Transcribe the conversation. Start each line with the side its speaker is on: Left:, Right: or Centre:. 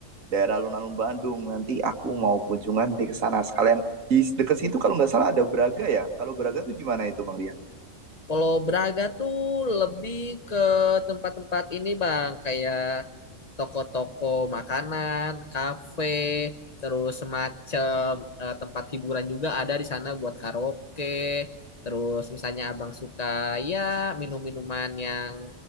Right: daerah alun-alun Bandung. Nanti aku mau kunjungan di ke sana sekalian. Di dekat situ kalau nggak salah ada Braga ya. Kalau Braga tuh gimana itu Bang Rian?
Left: Kalau Braga tuh lebih ke tempat-tempat ini bang kayak toko-toko makanan, kafe, terus semacam eh, tempat hiburan juga ada di sana buat karaoke. Terus misalnya abang suka ya minum-minuman yang